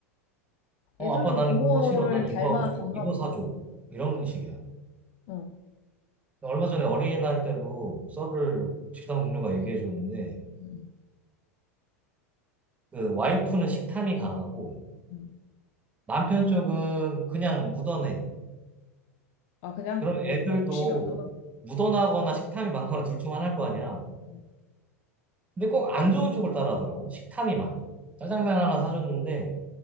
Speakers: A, on the right; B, on the left.
A: 어,
B: 애들도
A: 아빠 나는
B: 부모를
A: 그거 싫어. 난
B: 닮아,
A: 이거 하고 싶어.
B: 닮나
A: 이거
B: 보다.
A: 사줘. 이런 식이야.
B: 어.
A: 얼마 전에 어린이날 때도 서브를 식당 동료가 얘기해 줬는데,
B: 응.
A: 그 와이프는 식탐이 강하고,
B: 응.
A: 남편 쪽은 그냥 묻어내.
B: 아, 그냥
A: 그러면
B: 뭐
A: 애들도
B: 그런 욕심이 없구나.
A: 묻어나거나 식탐이 많거나 둘 중 하나일 거 아니야.
B: 응.
A: 근데 꼭 안 좋은 쪽을 따라하더라고. 식탐이 많아. 짜장면 하나 사줬는데,